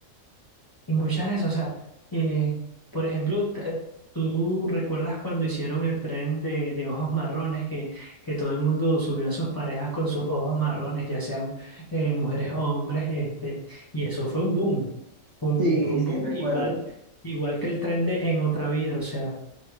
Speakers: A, on the left (about 20°); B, on the right (about 60°).
A: y muchas de esas. O sea, eh, por ejemplo, t- tú recuerdas cuando hicieron el tren de, de ojos marrones que, que todo el mundo subió a sus parejas con sus ojos marrones, ya sean eh, mujeres o hombres, este, y eso fue un boom. Fue un,
B: Sí,
A: fue un
B: sí,
A: boom
B: recuerdo.
A: igual, igual que el tren de En Otra Vida. O sea,